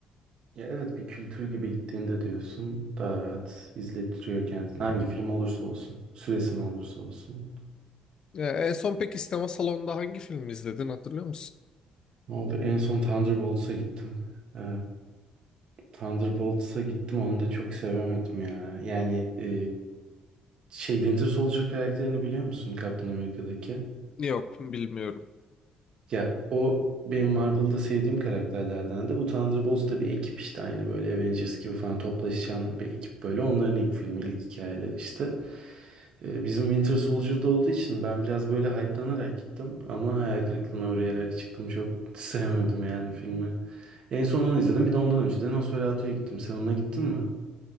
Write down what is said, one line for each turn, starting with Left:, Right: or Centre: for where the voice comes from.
Right: Ya evet bir kültür gibi gittiğinde diyorsun daha rahat izletiyor kendini. Hangi film olursa olsun, süresi ne olursa olsun.
Left: Ya en son peki sinema salonunda hangi filmi izledin hatırlıyor musun?
Right: Ne oldu? En son Thunderbolts'a gittim. Ee, Thunderbolts'a gittim onu da çok sevemedim ya. Yani e, şey Winter Soldier karakterini biliyor musun Captain America'daki?
Left: Yok bilmiyorum.
Right: Ya o benim Marvel'da sevdiğim karakterlerden de bu Thunderbolts da bir ekip işte aynı böyle Avengers gibi falan toplaşan bir ekip böyle. Onların ilk filmi, ilk hikayeleri işte. E, Bizim Winter Soldier'da olduğu için ben biraz böyle hype'lanarak gittim ama hayal kırıklığına uğrayarak çıktım. Çok sevmedim yani filmi. En son onu izledim. Bir de ondan önce de Nosferatu'ya gittim. Sen ona gittin mi?